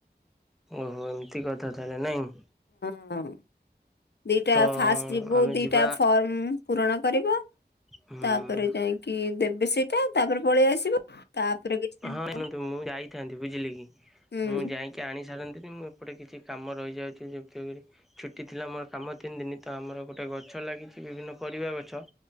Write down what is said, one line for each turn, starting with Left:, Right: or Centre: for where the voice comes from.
Centre: ଓହୋ ଏମିତି କଥା ତାହଲେ ନାଇଁ
Left: ହଁ ଦିଟା
Centre: ତ
Left: ଫାଷ୍ଟ ଯିବୁ
Centre: ଆମେ
Left: ଦିଟା
Centre: ଯିବା
Left: ଫର୍ମ ପୂରଣ କରିବୁ।
Centre: ହୁଁ
Left: ତାପରେ ଯାଇକି ଦେବେ ସେଇଟା ତାପରେ ପଳେଇ ଆସିବ। ତାପରେ କିଛି ଦିନ
Centre: ହଁ
Left: ପରେ
Centre: ଶୁଣନ୍ତୁ ମୁଁ ଯାଇଥାନ୍ତି ବୁଝିଲି କି
Left: ହୁଁ
Centre: ମୁଁ ଯାଇକି ଆଣି ସାରନ୍ତିନି ଏପଟେ କିଛି କାମ ରହିଯାଉଚି <unintelligible> ଛୁଟି ଥିଲା ମୋର କାମ ତିନି ଦିନ ତ ଆମର ଗୋଟେ ଗଛ ଲାଗି ବିଭିନ୍ନ ପରିବା ଗଛ